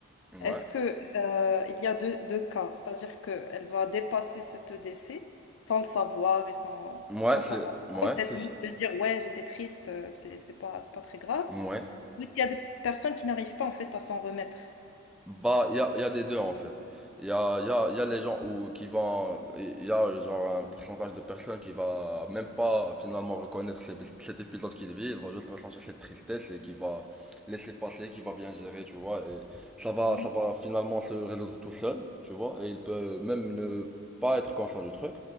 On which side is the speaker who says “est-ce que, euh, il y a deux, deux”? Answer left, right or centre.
Left